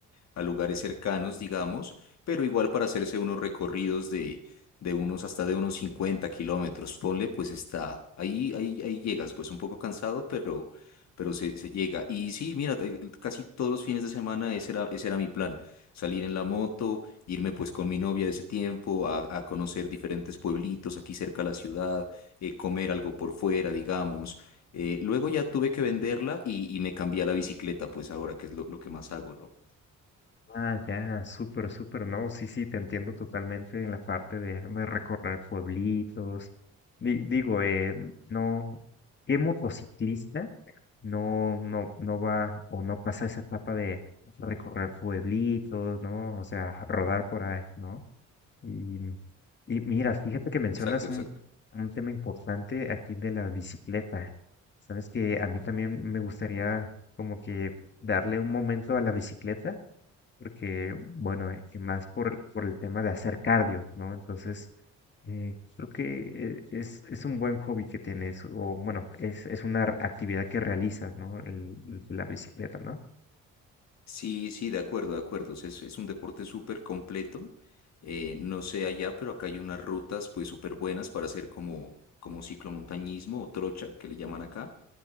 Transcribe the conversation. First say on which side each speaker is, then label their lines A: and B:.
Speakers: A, on the left; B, on the left.
A: a lugares cercanos, digamos, pero igual para hacerse unos recorridos de, de unos hasta de unos 50 kilómetros, ponle, pues está, ahí, ahí, ahí llegas, pues un poco cansado, pero, pero se, se llega. Y sí, mira, te- casi todos los fines de semana ese era, ese era mi plan, salir en la moto, irme pues con mi novia de ese tiempo a, a conocer diferentes pueblitos aquí cerca de la ciudad, eh, comer algo por fuera, digamos. Eh, luego ya tuve que venderla y, y me cambié a la bicicleta, pues ahora que es lo, lo que más hago, ¿no?
B: Ah, ya, súper, súper, no, sí, sí, te entiendo totalmente en la parte de, de recorrer pueblitos. Di- digo, eh, no, ¿qué motociclista no, no, no va o no pasa esa etapa de recorrer pueblitos, ¿no? O sea, rodar por ahí, ¿no? Y, y mira, fíjate que mencionas
A: Exacto, exacto.
B: un, un tema importante aquí de la bicicleta. Sabes que a mí también me gustaría como que darle un momento a la bicicleta porque, bueno, eh, y más por, por el tema de hacer cardio, ¿no? Entonces, eh, creo que eh, es, es un buen hobby que tienes, o bueno, es, es una r- actividad que realizas, ¿no? El- el- la bicicleta, ¿no?
A: Sí, sí, de acuerdo, de acuerdo. O sea, Es, es un deporte súper completo. Eh, no sé allá, pero acá hay unas rutas pues súper buenas para hacer como, como ciclomontañismo o trocha, que le llaman acá.